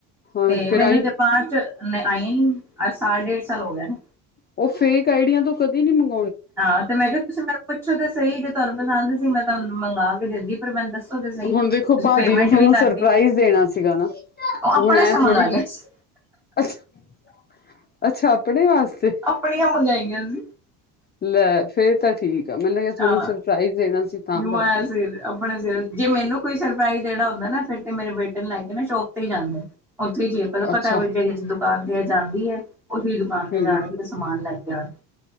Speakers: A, on the left; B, in the centre.
A: ਹਾਂ
B: ਤੇ
A: ਫਿਰ।
B: ਮੈਨੂੰ ਜਪਾਨ ਚ। ਨ ਆਈ ਨੀ ਆ ਸਾਲ ਡੇਢ ਸਾਲ ਹੋ ਗਏ ਨਾ।
A: ਉਹ ਫੇਕ ਆਈਡੀਆਂ ਤੋਂ ਕਦੇ ਨੀ ਮੰ।
B: ਹਾਂ ਤੇ ਮੈਂ ਕਿਹਾ ਤੁਸੀਂ ਮੈਨੂੰ ਪੁੱਛੋ ਤੇ ਸਹੀ। ਤੁਹਾਨੂੰ ਪਸੰਦ ਸੀ ਮੈਂ ਤੁਹਾਨੂੰ। ਮੰਗਾ ਕੇ ਦਿੰਦੀ ਪਰ ਮੈਨੂੰ ਦੱਸੋ ਤੇ ਸਹੀ
A: ਹੁਣ
B: ਤੁਸੀਂ
A: ਦੇਖੋ ਭਾਜੀ
B: ਪੇਮੈਂਟ
A: ਨੇ ਤੁਹਾਨੂੰ
B: ਵੀ ਕਰਤੀ
A: ਸਰਪ੍ਰਾਈਜ਼ ਦੇਣਾ ਸਿਗਾ ਨਾ
B: ਉਹ ਆਪਣੇ
A: ਹੁਣ ਐ
B: ਸੇ ਮੰਗਾਈਆਂ
A: ਥੋੜੀ
B: ਸੀ
A: ਅੱਛਾ ਅੱਛਾ ਆਪਣੇ ਵਾਸਤੇ।
B: ਆਪਣੀਆਂ ਮੰਗਾਈਆਂ ਸੀ
A: ਲੈ ਫੇਰ ਤਾਂ ਠੀਕ। ਮੈਨੂੰ ਲੱਗਿਆ ਤੁਹਾਨੂੰ
B: ਹਾਂ
A: ਸਰਪ੍ਰਾਈਜ਼ ਦੇਣਾ ਸੀ ਤਾਂ
B: ਮੈਂ
A: ਕਰਕੇ।
B: ਸਿਰ ਆਪਣੇ ਸਿਰ ਜੇ ਮੈਨੂੰ ਕੋਈ ਸਰਪ੍ਰਾਈਜ਼ ਦੇਣਾ ਹੁੰਦਾ ਨਾ ਫਿਰ ਤੇ ਮੇਰੇ ਬੇਟੇ ਨੂੰ ਲੈ ਕੇ ਮੈਂ ਸ਼ੋਪ ਤੇ ਹੀ ਜਾਂਦੀ। ਉੱਥੇ ਹੀੀਏ ਪਲ
A: ਅੱਛਾ
B: ਪਤਾ ਵੱ ਜ ਜਦੋਂ <unintelligible> ਕੰਮ ਤੇ ਜਾਂਦੀ ਐ। ਉਹੀ ਦੁਕਾਨ ਤੇ
A: ਹੂੰ
B: ਜਾਣ ਗੇ ਸਮਾਨ ਲੈਣ। ਅ <unintelligible>